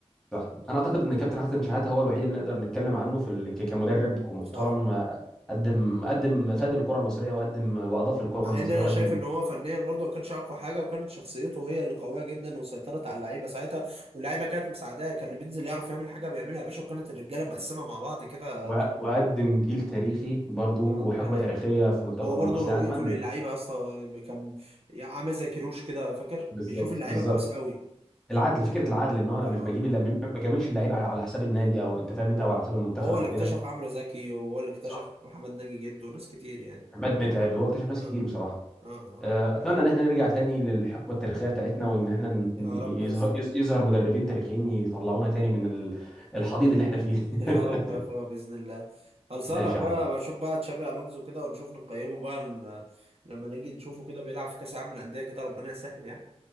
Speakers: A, in the centre; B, on the right.
A: صح انا اعتقد ان الكابتن حسن شحاته هو الوحيد اللي نقدر نتكلم عنه في ال- ك- كمدرب كمحترم
B: صح
A: آه، قدم قدم فاد الكره المصريه وقدم واضاف للكره
B: مع ان
A: المصريه
B: انا
A: وقدم
B: شايف ان هو فنيا برضه ما كانش اقوى حاجه وكانت شخصيته هي اللي قويه جدا وسيطرت على اللعيبه ساعتها واللعيبه كانت مساعداه كان اللي بينزل يعرف يعمل حاجه بيعملها يا باشا وكانت الرجاله مقسمه مع بعض كده
A: و- واقدم جيل تاريخي برضو
B: آه،
A: وحقبه
B: ده حقيقه
A: تاريخيه في منتخب
B: هو
A: مصر
B: برضه رؤيته
A: يعني اتمنى
B: للعيبه يا اسطى كان عامل زي كيروش كده فاكر
A: بالظبط
B: بيشوف اللعيبه
A: بالظبط
B: كويس قوي
A: العدل فكره العدل ان هو انا
B: اه
A: مش بجيب
B: آه.
A: الا ما بجاملش اللعيب على على حساب النادي او انت فاهم انت او على حساب المنتخب
B: هو اللي
A: او
B: اكتشف
A: كده
B: عمرو زكي وهو اللي اكتشف
A: صح
B: محمد ناجي جده وناس كتير يعني
A: عماد متعب هو اكتشف ناس
B: اه
A: كتير بصراحه
B: اه آه.
A: آه، اتمنى ان احنا نرجع تاني للحقبه التاريخيه بتاعتنا وان احنا ن-
B: يا
A: يظهر
B: رب يا اسطى والله
A: يظ- يظهر مدربين تاريخيين يطلعونا تاني من ال- الحضيض اللي احنا فيه
B: <laughs>
A: <laughs>
B: يا رب يا اخويا باذن الله خلصانه
A: ماشي
B: يا اخويا
A: يا حبيبي
B: بشوف بقى تشابي الونزو كده ونشوف نقيمه بقى ل- لما نيجي نشوفه كده بيلعب في كاس العالم للانديه كده ربنا يسهل يعني